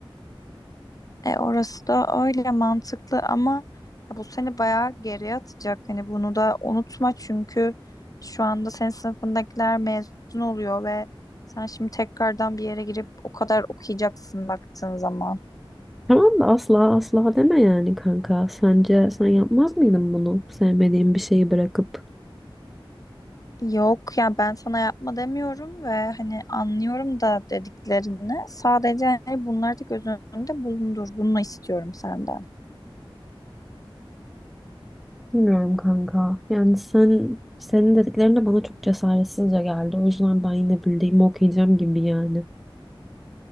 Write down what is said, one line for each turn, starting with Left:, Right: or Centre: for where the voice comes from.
Left: E orası da öyle mantıklı ama ya bu seni bayağı geriye atacak. Hani bunu da unutma çünkü şu anda senin sınıfındakiler mezun oluyor ve sen şimdi tekrardan bir yere girip o kadar okuyacaksın baktığın zaman.
Centre: Tamam da asla asla deme yani kanka. Sence sen yapmaz mıydın bunu? Sevmediğin bir şeyi bırakıp.
Left: Yok ya ben sana yapma demiyorum ve hani anlıyorum da dediklerini. Sadece hani bunları da göz önünde bulundur. Bunu istiyorum senden.
Centre: Bilmiyorum kanka. Yani sen senin dediklerin de bana çok cesaretsizce geldi. O yüzden ben yine bildiğimi okuyacağım gibi yani.